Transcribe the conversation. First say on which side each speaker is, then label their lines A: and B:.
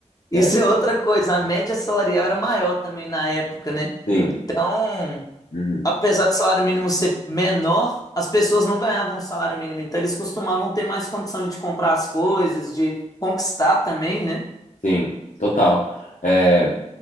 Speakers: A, on the left (about 30°); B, on the left (about 85°).
A: Isso
B: É,
A: é outra coisa, a média salarial era maior também na época, né?
B: sim,
A: Então,
B: Uhum.
A: apesar do salário mínimo ser menor, as pessoas não ganhavam salário mínimo, então eles costumavam ter mais condição de comprar as coisas, de conquistar também, né?
B: Sim, total. É,